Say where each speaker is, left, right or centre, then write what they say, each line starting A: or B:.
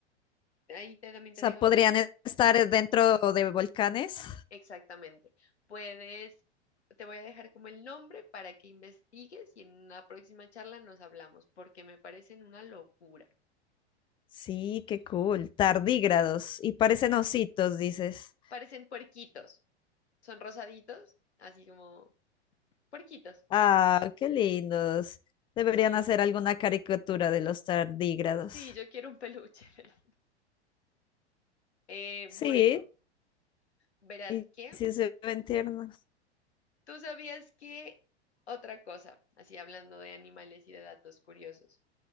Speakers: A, on the left; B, on the left.
A: Ahí te- también
B: o
A: te
B: sea,
A: dejo
B: podrían
A: como-
B: estar dentro de volcanes.
A: exactamente. Puedes, te voy a dejar como el nombre para que investigues y en una próxima charla nos hablamos, porque me parecen una locura.
B: Sí, qué cool. Tardígrados. Y parecen ositos, dices.
A: Parecen puerquitos. Son rosaditos, así como puerquitos.
B: Ah, qué lindos. Deberían
A: Sí,
B: hacer alguna caricatura de los tardígrados.
A: sí, yo quiero un peluche. <laughs> Vela. Eh,
B: Sí,
A: bueno, verás
B: y
A: que
B: y sí se ven tiernos.
A: tú sabías que otra cosa, así hablando de animales y de datos curiosos,